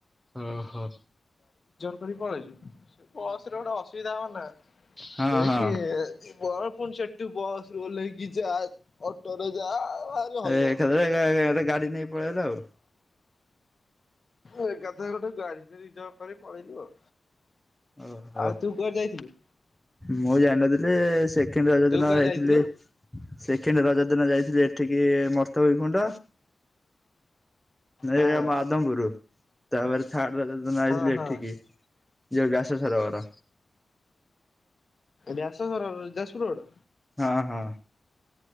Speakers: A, in the centre; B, on the left.
A: ଅ ହୋ।
B: ରହି ପଳେଇଲ୍ <inaudible> ବସ ରେ ଗୋଟେ ଅସୁବିଧା ହଉନି ନା।
A: ହଁ
B: ଏଇକି
A: ହଁ
B: ବସ ସେଠୁ ବସରୁ ଓଲ୍ହେଇକି ଯା। ଅଟୋରେ ଯା ଭାରି ହଇରାଣ
A: ଏକାଥରକେ ଗାଡି ଏ ଗାଡ଼ି ନେଇ ପଳେଇଲା ଆଉ।
B: ଏକାଥରକେ ଗୋଟେ ଗାଡିଟେ ରିଜର୍ଭ କରିକି ପଳେଇଲୁ ଆଉ।
A: ଓହୋ
B: ଆଉ ତୁ କୁଆଡେ ଯାଇଥିଲୁ?
A: ମୁଁ ଯାଇନଥିଲି। ସେକେଣ୍ଡ ରଜ
B: ତୁ
A: ଦିନ
B: କୁଆଡେ
A: ଯାଇଥିଲି।
B: ଯାଇଥିଲୁ
A: ସେକେଣ୍ଡ ରଜ ଦିନ ଯାଇ ଏଠିକି ମର୍ତକି କୁଣ୍ଡ। ନାଇଁ
B: ହଁ
A: ଆମ ଆଦମପୁରୁ ତାପରେ ଥାର୍ଡ଼ ରଜ ଦିନ ଆଇଥିଲି
B: ହଁ ହଁ
A: ଏଠିକି। ବ୍ୟାସୋ ସରବର।
B: ବ୍ୟାସୋ ସରବର ଯାଜପୁର ରୋଡ।
A: ହଁ ହଁ।